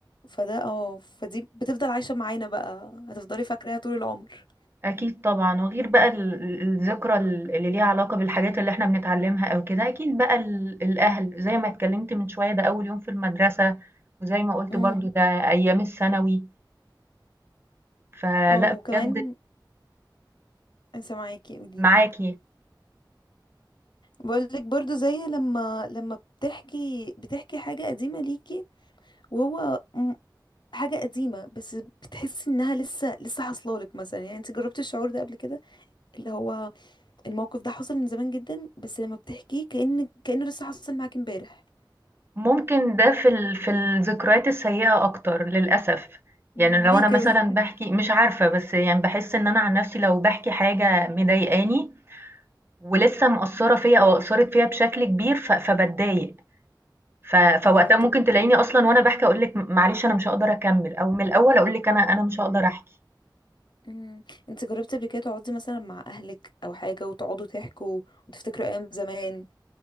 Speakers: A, on the left (about 70°); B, on the right (about 30°).
A: فده اه فدي بتفضل عايشة معانا بقى هتفضلي فاكراها طول العمر
B: أكيد طبعًا، وغير بقى ال ال الذكرى ال اللي ليها علاقة بالحاجات اللي إحنا بنتعلمها أو كده، أكيد بقى ال الأهل زي ما اتكلمت من شوية ده أول يوم في المدرسة، وزي ما قُلت
A: امم
B: برضه ده أيام الثانوي، فلأ
A: او كمان
B: بجد
A: سامعاكي قوليلي
B: معاكِ.
A: بقولك برضو زي لما لما بتحكي بتحكي حاجة قديمة ليكي وهو م- حاجة قديمة بس بتحسي انها لسه لسه حصلالك مثلا يعني انت جربتي الشعور ده قبل كده اللي هو الموقف ده حصل من زمان جدا بس لما بتحكيه كأن كأنه لسه حصل معاكي امبارح
B: ممكن ده في ال في الذكريات السيئة أكتر للأسف،
A: مم،
B: يعني لو
A: ليه
B: أنا
A: كده
B: مثلًا
A: <laughs>
B: باحكي مش عارفة، بس يعني باحس إن أنا عن نفسي لو باحكي حاجة مضايقاني ولسه مأثّرة فيّا أو أثّرت فيّا بشكل كبير ف فباتضايق. ف فوقتها
A: اه
B: ممكن
A: طب
B: تلاقيني أصلًا وأنا باحكي أقول لِك م معلش أنا مش هاقدر أكمّل، أو من الأول أقول لِك أنا أنا مش هاقدر أحكي.
A: امم انت جربتي قبل كده تقعدي مثلا مع اهلك او حاجه وتقعدوا تحكوا وتفتكروا ايام زمان